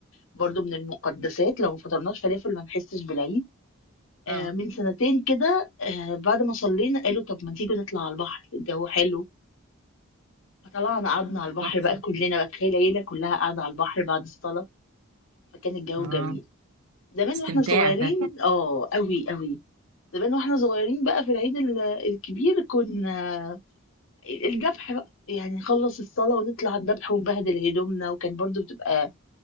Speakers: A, on the left; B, on the right.
A: برضو من المقدسات لو ما فطرناش فلافل ما نحسش بالعيد آه
B: اه
A: من سنتين كده آه بعد ما صلينا قالوا طب ما تيجوا نطلع على البحر الجو حلو فطلعنا قعدنا على البحر
B: تحفه
A: بقى كلنا بقى تخيل العيله كلها قاعده على البحر بعد الصلاه فكان الجو
B: اه
A: جميل زمان
B: استمتاع
A: واحنا صغيرين
B: ده
A: اه قوي قوي زمان واحنا صغيرين بقى في العيد ال- الكبير كنا الذبح بقى يعني نخلص الصلاة ونطلع الذبح ونبهدل هدومنا وكان برضو بتبقى